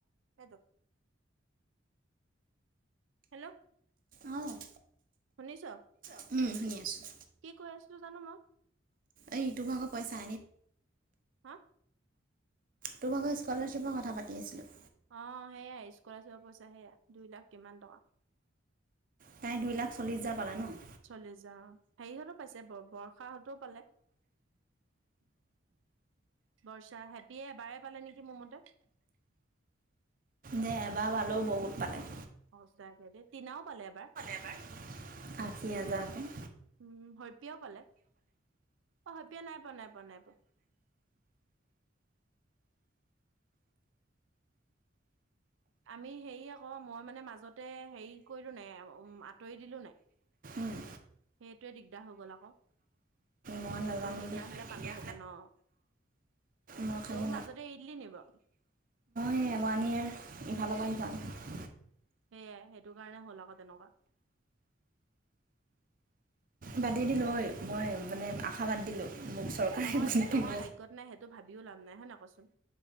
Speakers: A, on the right (about 80°); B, on the right (about 45°).
A: এইটো হেল্ল
B: অ'।
A: শুনিছ
B: শুনি আছোঁ।
A: কি কৈ আছিলো জানু মই
B: এই ইটোম মাক পইচা
A: হা
B: তোমাৰ লগৰ, স্কলাৰশ্বিপৰ, কথা পাতি আছিলোঁ।
A: অ হেয়াই স্কলাৰশ্বিপৰ পইচা হেয়া দুই লাখ কিমান টকা।
B: প্ৰায়, দুই লাখ চল্লিছ হাজাৰ, পালে ন?
A: চল্লিছ হাজাৰ হেৰি হতেও পাইছে বৰ্ষাহতেও পালে বৰ্ষাহেঁতিয়ে এবাৰে পালে নেকি মোৰ মতে!
B: দে এবাৰ পালেও বহুত পালে।
A: সঁচাকে দে, টীনাও পালে এবাৰ।
B: এবাৰ, আশী হাজাৰকে।
A: উম, হৈপীয়াও পালে। অ', হৈপীয়া নাই পোৱা, নাই পোৱা, নাই পোৱা। আমি হেৰি আকৌ, মই মানে মাজতে হেৰি কৰিলোনে এ-ও-আঁতৰি দিলো নাই!
B: উম উম
A: সেইটোৱে দিগদাৰ হৈ গ'ল আকৌ।
B: মই নাজানো
A: আঁতৰি
B: দেই
A: নিদিয়া হ'লে পালোহেঁতেন। অ'।
B: মই খালি
A: তইও মাজতে এৰি দিলি নি বাৰু?
B: এ ৱান ইয়াৰ, ইফালৰ পৰা সিফাল।
A: সেয়াই, সেইটো কাৰণে হ'ল আকৌ তেনেকুৱা।
B: বাদ দি দিলোঁ হয়, মই মানে আশা বাদ দিলোঁ। মোক চৰকাৰে
A: এ নহয়
B: গুণ
A: যিটো
B: দিব
A: আমাৰ ভাগ্যত নাই সেইটো ভাবিও লাভ নাই, হয় নে নাই ক'চোন!